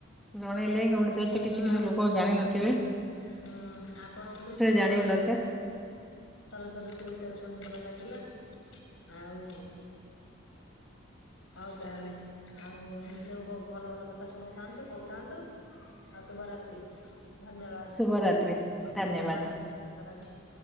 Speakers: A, in the centre; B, on the left.
A: ଜଣେଇଲେ ଓଡିଶାର ତ କିଛି
B: ହଁ
A: କିଛି ଲୋକ ଜାଣିିନଥିବେ।
B: ହୁଁ ଆପଣଙ୍କଠୁ ବି ଶୁଣି
A: ଜାଣିବା
B: ଭଲ
A: ଦରକାର
B: ଲାଗି ଶରତ ଋତୁ ବିଷୟରେ ଶୁଣି ଭଲ ଲାଗିଲା। ଆଉ ହଉ ତାହେଲେ ଆଉ ଏମିତି ସବୁ କୋ ଭଲ ଭଲ କଥା ଶୁଣଉଥାନ୍ତୁ କହୁଥାଆନ୍ତୁ। ଆଉ ଶୁଭରାତ୍ରି ଧନ୍ୟବାଦ।
A: ଶୁଭରାତ୍ରି ଧନ୍ୟବାଦ।
B: <unintelligible>